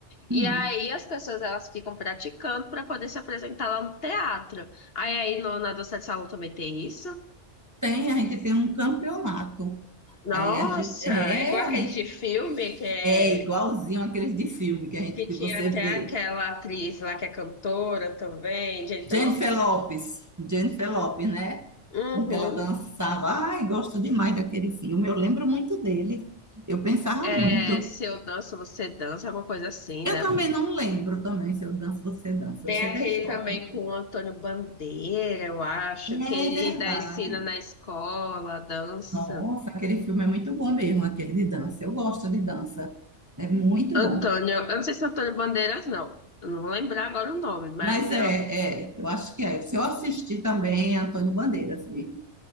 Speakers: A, on the left; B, on the right.
A: E
B: Hum.
A: aí as pessoas elas ficam praticando para poder se apresentar lá no teatro. Aí aí no- na dança de salão também tem isso?
B: Tem, a gente tem um campeonato.
A: Nossa,
B: É, a gente, é,
A: é igual
B: a
A: aquele
B: gente-
A: de filme que é
B: é igualzinho aqueles de filme que a gente
A: que
B: que
A: tinha
B: você
A: até
B: vê.
A: aquela atriz lá que é cantora também, Jennifer
B: Jennifer
A: Lopez.
B: Lopes, Jennifer Lopes, né?
A: Uhum.
B: Em que ela dançava. Ai, gosto demais daquele filme. Eu lembro muito dele. Eu pensava
A: É,
B: muito.
A: se eu danço, você dança, alguma coisa assim,
B: Eu
A: né?
B: também não lembro também se eu danço, você dança.
A: Tem
B: Eu sei
A: aquele
B: da história.
A: também com o Antônio Bandeira, eu acho, que
B: É
A: ele
B: verdade.
A: dá ensina na escola, dança.
B: Nossa, aquele filme é muito bom mesmo, aquele de dança. Eu gosto de dança. É muito
A: Antônio,
B: bom.
A: eu não sei se é Antônio Bandeiras, não. Eu não vou lembrar agora o nome, mas
B: Mas
A: é
B: é,
A: um,
B: é, eu acho que é. Se eu assisti também Antônio Bandeiras mesmo.